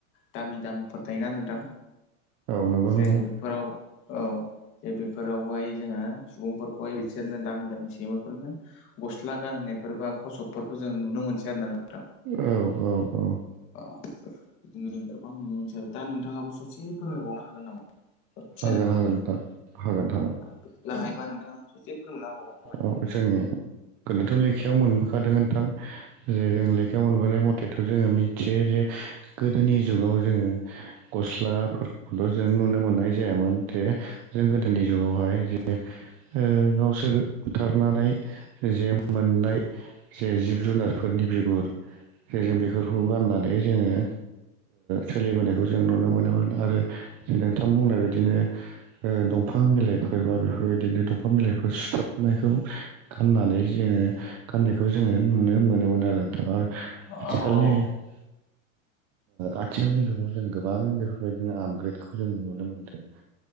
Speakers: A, on the left (about 30°); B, on the right (about 20°).
A: दामि दामिफोर थायोना नोंथां
B: औ नंगौ
A: जे
B: नंगौ
A: बेफोराव औ जे बेफोरावहाय जोङो सुबुंफोरखौहाय बिसोरनो दामि दामि सैमाफोरनो गस्ला गानहो । नाय बा खसबफोरखौ जों नुनो मोनसै आरो ना नोंथां
B: औ औ औ ।
A: औ बिदिनो जों गोबां नुनो मोनसै आरो दा नोंथाङाबो सासे फोरमायबावनो हागोन नामा दसेनो
B: हागोन हागोन हागोन नोंथां हागोन हागोन
A: बिदिब्ला हायोबा नोंथाङा ससे फोरमायना होबावबानो जाबाय
B: औ । औ जों । गोदोथ' लेखायाव मोनबोखादों नोंथां जे जों लेखायाव मोनबोनाय मथेथ' जोङो मिथियो जे गोदोनि जुगाव जोङो गस्लाफोरखौथ' जों नुनो मोननाय जायामोन जे जों गोदोनि जुगावहाय जे गावसोर बुथारनानै जे मोननाय जे जिब जुनारफोरनि बिगुर जों बेफोरखौ गाननानै जोङो सोलिबोनायखौ जों नुनो मोनोमोन आरो । नोंथां बुंनाय बायदिनो ओ दंफां बिलाइफोर बा बेफोरबायदिनो दंफां बिलाइफोर सुथाब नायखौ गाननानै जोङो गाननायखौ जोङो नुनो मोनोमोन आरो नोंथां आरो ।
A: औ औ ।
B: <unintelligible> ओ आथिखालनि जुगाव जों गोबां बेफोरबायदिनो आपग्रेडखौ जों नुनो मोनदों